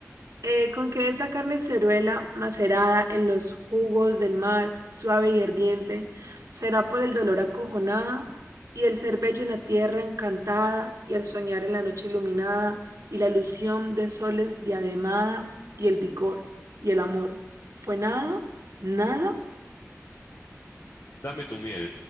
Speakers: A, on the right; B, on the left.
A: Eh, con que esta carne ceruela, macerada en los jugos del mar, suave y ardiente, será por el dolor acojonada, y el ser bello en la tierra encantada, y el soñar en la noche iluminada, y la ilusión de soles diademada, y el vigor, y el amor. ¿Fue nada? ¿Nada?
B: Dame tu miel,